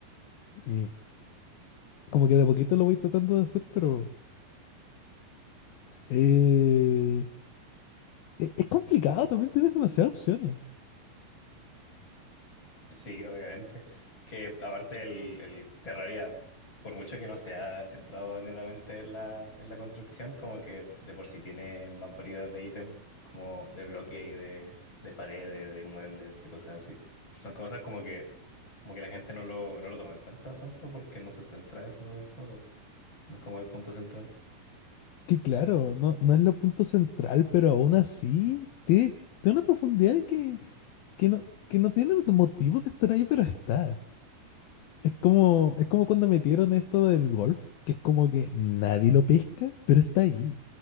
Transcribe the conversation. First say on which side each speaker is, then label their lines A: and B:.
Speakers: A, on the left; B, on the left.
A: Y como que de a poquito lo voy tratando de hacer, pero eh, e- es complicado, también tienes demasiadas opciones.
B: Sí, obviamente. Que aparte el, el Terraria, por mucho que no se ha centrado netamente en la, en la construcción, como que de por sí tiene más variedad de ítems, como de bloque y de, de paredes, de muebles, de cosas así. Pero son cosas como que, como que la gente no lo, no lo toma en cuenta tanto porque no se centra eso del juego. No es como el punto central.
A: Que claro, no, no es lo punto central, pero aún así tiene, tiene una profundidad que, que no, que no tiene motivo de estar ahí, pero está. Es como, es como cuando metieron esto del golf, que es como que nadie lo pesca, pero está ahí.